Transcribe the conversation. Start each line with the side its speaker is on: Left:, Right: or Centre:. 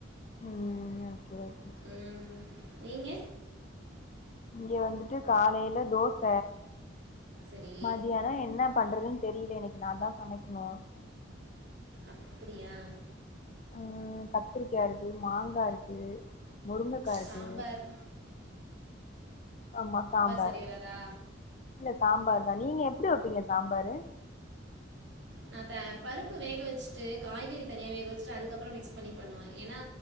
Left: ம் ஓகே ஓகே
Right: ம் நீங்க
Left: இங்க வந்துட்டு காலையில தோச
Right: சரி
Left: மதியானோ என்ன பண்றதுன் தெரியில எனக்கு நா தான் சமைக்குணு
Right: அப்டியா
Left: ம் கத்திரிக்கா இருக்கு மாங்கா இருக்கு முருங்கக்கா இருக்கு
Right: சாம்பார்
Left: ஆமா சாம்பார்
Right: சரி வராதா
Left: இல்ல சாம்பார் தா நீங்க எப்டி வப்பீங்க சாம்பாரு
Right: நா த பருப்பு வேகவச்ட்டு காய்கறி தனியா வேகவச்ட்டு அதுக்கப்றோ மிக்ஸ் பண்ணி பண்ணுவே ஏனா